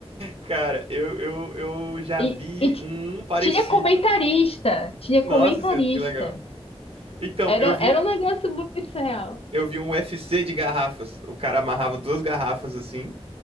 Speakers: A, on the right; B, on the left.
A: Cara, eu, eu, eu já
B: E,
A: vi
B: e t-
A: um parecido.
B: tinha comentarista, tinha
A: Nossa
B: comentarista.
A: senhora, que legal. Então,
B: Era,
A: eu vi,
B: era um negócio muito surreal.
A: eu vi um UFC de garrafas. O cara amarrava duas garrafas assim,